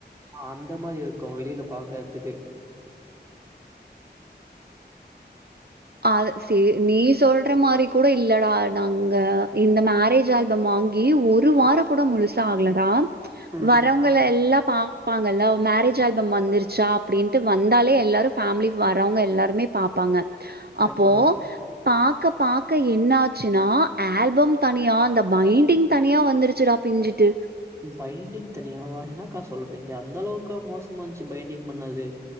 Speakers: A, on the right; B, on the right.
A: ஆ அந்த மாரி இருக்கு வெளியில பாக்கறதுக்கு
B: அது சே நீ சொல்ற மாரி கூட இல்லடா நாங்க இந்த மேரேஜ் ஆல்பம் மா வாங்கி ஒரு வாரோ கூட முழுசா ஆகலடா
A: ம்
B: வரவங்கல எல்லா பா ப்பாங்கல்ல மேரேஜ் ஆல்பம் வந்துருச்சா அப்படின்ட்டு வந்தாலே எல்லாரு ஃபேமிலி வரவங்க எல்லாருமே பாப்பாங்க
A: கண்டிப்பா
B: அப்போ பாக்க பாக்க என்ன ஆச்சுனா ஆல்பம் தனியா அந்த பைண்டிங் தனியா வந்துருச்சுடா பிஞ்சிட்டு
A: பைண்டிங் தனியாவா என்னாக்கா சொல்றீங்க அந்தளவுக்கா மோசமா இந்ச்சு பைண்டிங் பண்ணது